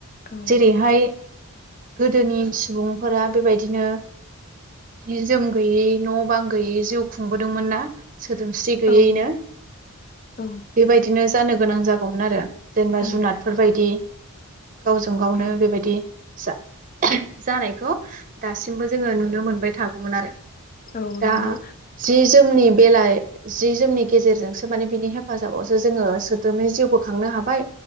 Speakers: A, on the left; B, on the right.
A: औ
B: जेरैहाय गोदोनि सुबुंफोरा बेबायदिनो जि जोम गैयै न' बां गोयै जिउ खुंबोदोंमोन ना? सोदोमस्रि गैयैनो
A: औ औ
B: बेबायदिनोस जानो गोनां जागौमोन आरो जेनेबा
A: ओं
B: जुनादफोर बायदि गावजों गावनो
A: औ
B: बेबायदि जा <unintelligible> जानायखौ दासिमबो जोङो नुनो मोनबाय थागौमोन आरो
A: औ
B: दा
A: नंगौ
B: जि जोमनि बेलाइ जि जोमनि गेजेरजोंसो माने बिनि हेफाजाबावसो जोङो सोद्रोमै जिउबो खांनो हाबाय